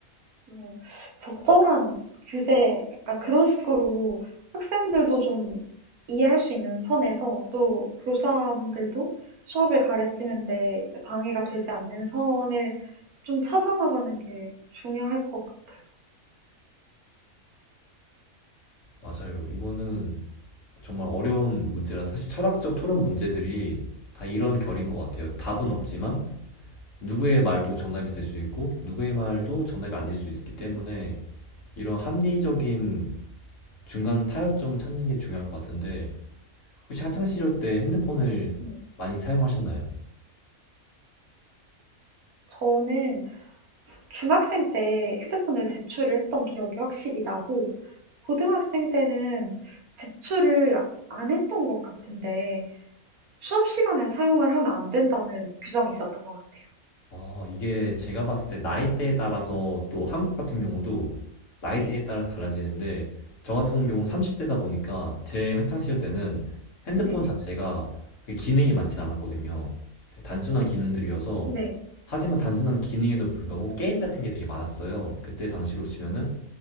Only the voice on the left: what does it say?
맞아요. 이거는 정말 어려운 문제라 사실 철학적 토론 문제들이 다 이런 결인 것 같아요. 답은 없지만 누구의 말도 정답이 될 수 있고, 누구의 말도 정답이 아닐 수 있기 때문에
이런 합리적인 중간 타협점을 찾는 게 중요할 것 같은데, 혹시 학창 시절 때 핸드폰을
많이 사용하셨나요?
어, 이게 제가 봤을 때 나이대에 따라서 또 한국 같은 경우도 나이대에
따라서 달라지는데 저 같은 경우는 30대다 보니까 제 학창 시절 때는 핸드폰
자체가 그 기능이 많진 않았거든요. 되게 단순한 기능들이어서
하지만 단순한 기능에도 불구하고
게임 같은 게 되게 많았어요. 그때 당시로 치면은